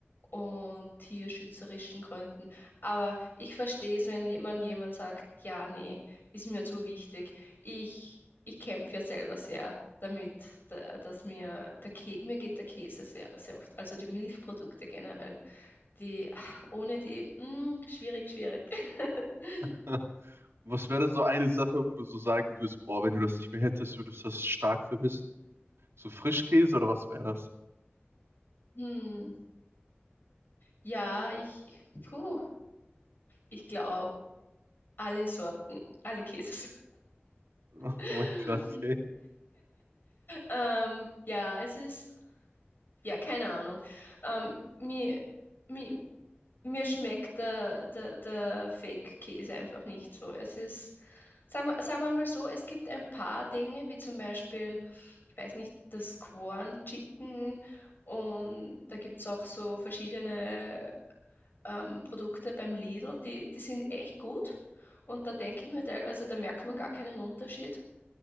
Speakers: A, on the left (about 55°); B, on the right (about 80°).
A: und tierschützerischen Gründen. Aber ich verstehe es, wenn man jemand sagt, ja, nee, ist mir zu wichtig. Ich, ich kämpfe ja selber sehr damit, da- dass mir der Kä mir geht der Käse sehr, sehr oft, also die Milchprodukte generell. Die, ah, ohne die, mm, schwierig, schwierig. <laughs>
B: <laughs> Was wäre so eine Sache, wo du so sagen würdest, boah, wenn du das nicht mehr hättest, würdest du das stark vermissen? So Frischkäse oder was wäre das?
A: Hm, ja, ich, puh, ich glaube, alle Sorten, alle Käse
B: <laughs> Oh
A: <laughs>
B: mein Gott, okay.
A: Ähm, ja, es ist, ja, keine Ahnung. Ähm, mir, mir, mir schmeckt der, der, der Fake-Käse einfach nicht so. Es ist, sagen wir, sagen wir mal so, es gibt ein paar Dinge, wie zum Beispiel, ich weiß nicht, das Corn Chicken und da gibt es auch so verschiedene ähm, Produkte beim Lidl, die, die sind echt gut. Und da denke ich mir teilweise, da merkt man gar keinen Unterschied.